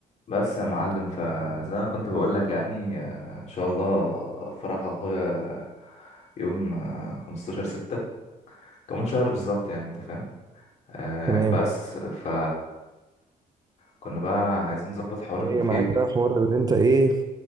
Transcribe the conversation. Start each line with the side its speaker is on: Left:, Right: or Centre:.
Left: بس يا معلم فزي ما كنت بقول لك يعني آه، ان شاء الله فرح اخويا يوم آه، 15 ستة كمان شهر بالظبط يعني انت فاهم آه،
Right: تمام
Left: بس ف كنا بقى عايزين نظبط حوار
Right: جاية
Left: البوفيه
Right: معاك
Left: وكده
Right: بقى حوار اللي انت ايه